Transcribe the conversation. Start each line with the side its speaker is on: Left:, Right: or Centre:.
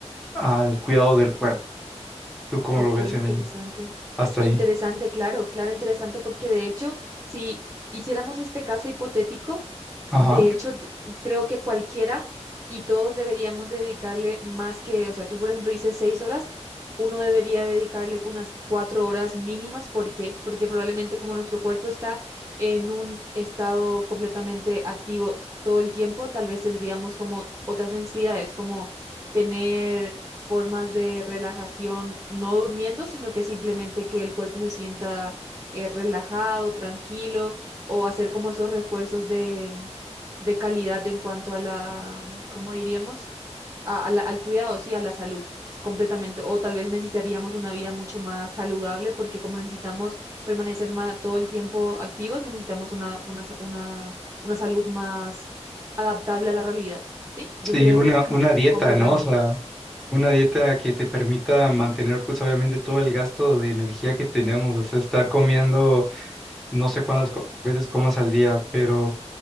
Centre: al cuidado del cuerpo. ¿Tú cómo
Right: Ok,
Centre: lo ves
Right: interesante.
Centre: en ahí? Hasta
Right: Interesante,
Centre: ahí.
Right: claro, claro, interesante, porque de hecho, si hiciéramos este caso hipotético,
Centre: Ajá.
Right: de hecho, d- creo que cualquiera y todos deberíamos de dedicarle más que, o sea, tú por ejemplo dices seis horas, uno debería dedicarle unas cuatro horas mínimas, ¿por qué? Porque probablemente como nuestro cuerpo está en un estado completamente activo todo el tiempo, tal vez tendríamos como otras necesidades, como tener formas de relajación, no durmiendo, sino que simplemente que el cuerpo se sienta eh, relajado, tranquilo, o hacer como esos refuerzos de, de calidad en cuanto a la, ¿cómo diríamos? A- a la- al cuidado, sí, a la salud. completamente, o tal vez necesitaríamos una vida mucho más saludable porque como necesitamos permanecer ma- todo el tiempo activos, necesitamos una, una, sa- una, una salud más adaptable a la realidad, ¿sí? Yo
Centre: Sí,
Right: creo
Centre: una,
Right: que sí,
Centre: una dieta,
Right: completamente.
Centre: ¿no? O sea, una dieta que te permita mantener, pues obviamente, todo el gasto de energía que tenemos, o sea, estar comiendo no sé cuántas co- veces comas al día, pero